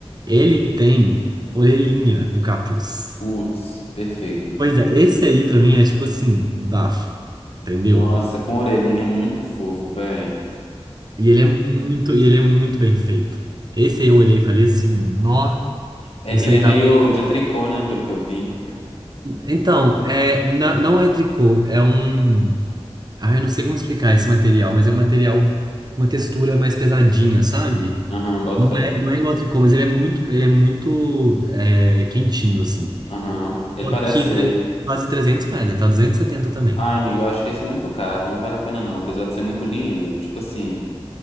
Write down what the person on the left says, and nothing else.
Putz, perfeito.
Nossa, com orelhinha muito fofo, velho.
Ele
é
meio
de tricô, né, pelo que eu vi.
Aham, boto
fé.
Aham. Ele
parece
ser.
Ah, amigo, eu acho que esse é muito caro, não vale a pena não. Apesar de ser muito lindo, tipo assim.